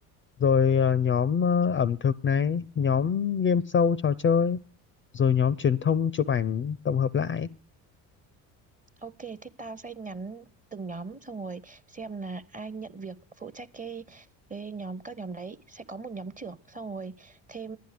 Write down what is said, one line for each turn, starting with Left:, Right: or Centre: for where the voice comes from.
Left: rồi ờ, nhóm ờ, ẩm thực này, nhóm game show trò chơi, rồi nhóm truyền thông chụp ảnh tổng hợp lại.
Right: ok thế tao sẽ nhắn từng nhóm xong rồi xem là ai nhận việc phụ trách cái cái nhóm các nhóm đấy, sẽ có một nhóm trưởng, xong rồi thêm